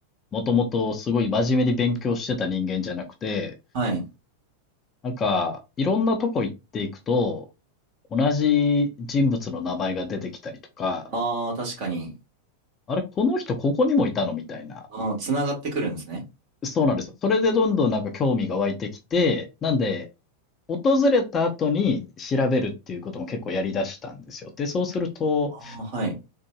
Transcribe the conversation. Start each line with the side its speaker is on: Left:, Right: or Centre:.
Left: もともとすごい真面目に勉強してた人間じゃなくて、
Right: はい。
Left: なんか、いろんなとこ行っていくと、同じ人物の名前が出てきたりとか、
Right: ああ、確かに。
Left: あれ、この人ここにもいたのみたいな
Right: うん、つながってくるんですね。
Left: そうなんですよ。それでどんどんなんか興味が湧いてきて、なんで、訪れた後に調べるっていうことも結構やりだしたんですよ。で、そうすると、
Right: ああ、はい。